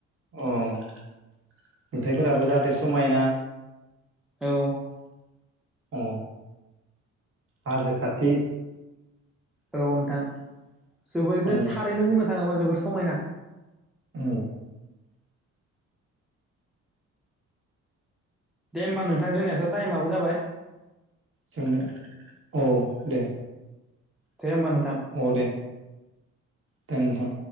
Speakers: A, on the right; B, in the centre.
A: अ नुथायाइफोराबो जाहाथे समायना
B: औ
A: अ हाजो खाथि
B: औ नोंथां जोबोरैनो
A: औ
B: थारैनो बुंनो थाङोबा जोबोर समायना।
A: औ।
B: दे होमबा नोंथां जोंनिस' टाइमाबो जाबाय
A: जोंनि औ दे।
B: दे होमबा नोंथां।
A: औ दे दोन नोंथां।